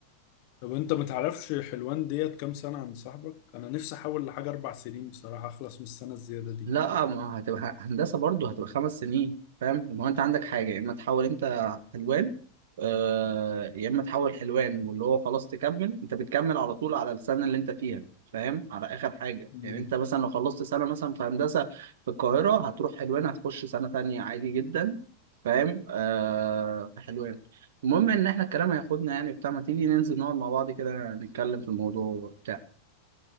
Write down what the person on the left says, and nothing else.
طب انت ما تعرفش حلوان ديت كام سنه عند صاحبك انا نفسي احول لحاجه اربع سنين بصراحه اخلص من السنه الزياده دي
مم.